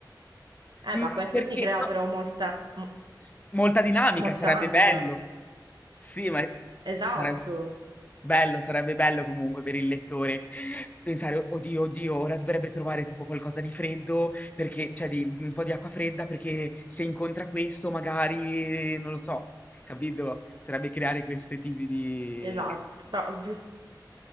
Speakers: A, on the right; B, on the left.
A: Eh,
B: Mh,
A: ma questo
B: perché
A: ti crea
B: no
A: però molta, mo-
B: S molta dinamica,
A: molta
B: sarebbe
A: ansia.
B: bello. Sì, ma
A: Esatto.
B: sarebbe bello, sarebbe bello comunque per il lettore pensare: "Oddio, oddio, ora dovrebbe trovare tipo qualcosa di freddo perché cioè di un po' di acqua fredda perché se incontra questo magari" non lo so, capito? Potrebbe creare questi tipi di
A: Esatto, però gius-